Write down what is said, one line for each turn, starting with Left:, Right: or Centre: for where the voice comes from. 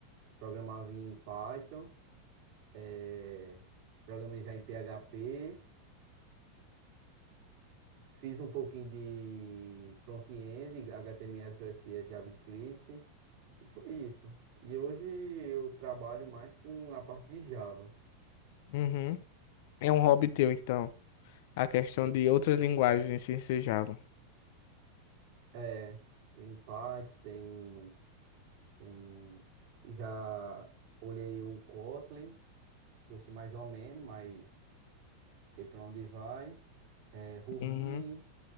Right: programava em Python, eh, programei já em PHP, fiz um pouquinho de front-end, HTML, CSS, JavaScript. E foi isso. E hoje eu trabalho mais com a parte de Java.
Left: Uhum. É um hobby teu, então. A questão de outras linguagens se ensejavam.
Right: É, tem Python, tem, tem... Já olhei o Kotlin, gostei mais ou menos, mas sei para onde vai. É, Ruby,
Left: Uhum,